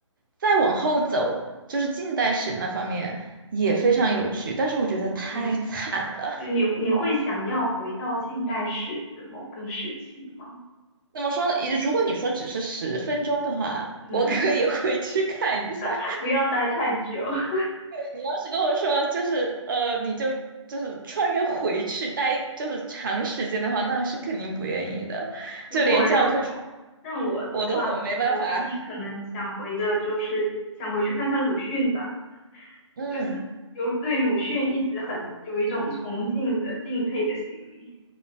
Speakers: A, on the right (about 40°); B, on the left (about 25°).
A: 再往后走，就是近代史那方面也非常有趣，但是我觉得太惨了。
B: 嗯。就你你会想要回到近代史的某个时期吗？
A: 怎么说呢？如果你说只是十分钟的话，
B: 嗯，
A: 我可以回去看一下。
B: <laughs> 不要待太久。<laughs>
A: 你要是跟我说就是呃，你就就是穿越回去待就是长时间的话，那是肯定不愿意的，
B: 如果让我让我的话，
A: 就连教科书我都很没办法。
B: 我唯一可能想回的就是想回去看看鲁迅吧，
A: 嗯，
B: 就是有对鲁迅一直很有一种崇敬的敬佩的心理。